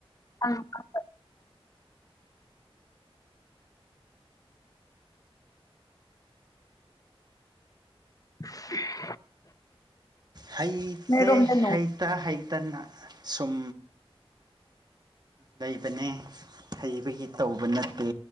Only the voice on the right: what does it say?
ꯍꯩꯇꯦ
ꯍꯩꯇ ꯍꯩꯇꯅ ꯁꯨꯝ ꯂꯩꯕꯅꯦ ꯍꯩꯕꯒꯤ ꯇꯧꯕ ꯅꯠꯇꯦ